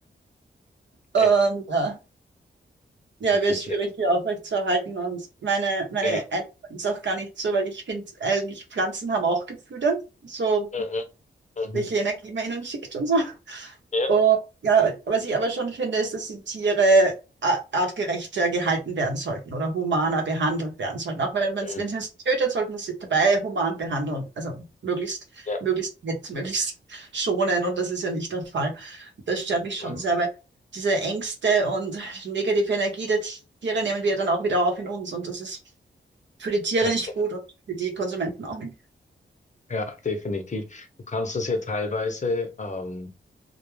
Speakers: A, on the left (about 40°); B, on the right (about 70°).
A: echt
B: Ähm, ja. Ja,
A: ganz
B: wäre
A: witzig.
B: schwierig, die aufrechtzuerhalten. Und meine, meine
A: Ja,
B: Einstellung ist auch gar nicht so, weil ich finde, eigentlich Pflanzen haben auch Gefühle, so
A: mhm, mhm,
B: welche Energie man ihnen schickt und so.
A: ja,
B: Und ja, was ich aber schon finde, ist, dass die Tiere a- artgerechter gehalten werden sollten oder humaner behandelt werden sollten. Auch wenn man
A: mhm,
B: es, wenn es tötet, sollten wir sie dabei human behandeln. Also möglichst,
A: ja,
B: möglichst nett, <laughs> möglichst schonen. Und das ist ja nicht der Fall. Das stört mich schon
A: mhm,
B: sehr, weil diese Ängste und negative Energie der Tiere nehmen wir dann auch wieder auf in uns. Und das ist für die Tiere
A: ganz
B: nicht
A: genau.
B: gut und für die Konsumenten auch nicht.
A: Ja, definitiv. Du kannst das ja teilweise ähm,